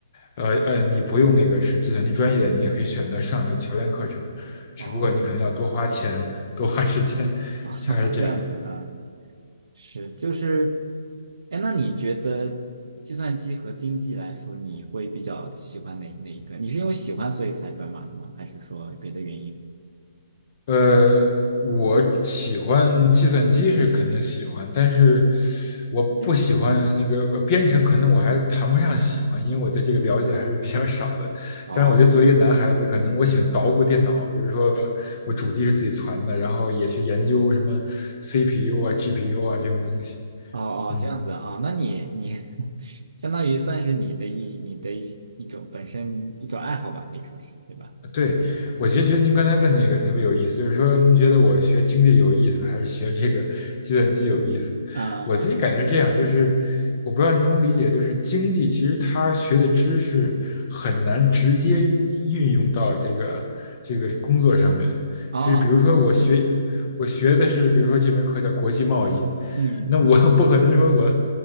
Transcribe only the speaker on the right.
哦，
<laughs>
这样子啊，是就是，哎，那你觉得计算机和经济来说，你会比较喜欢哪哪一个？你是因为喜欢所以才转码的吗？还是说别的原因？
嗯，
哦
哦哦，
这样子啊，那你你 <laughs> 相当于算是你的一你的一一种本身一种爱好吧，可以说是，对吧？
啊啊
啊，哦哦哦，
对对对，
嗯嗯嗯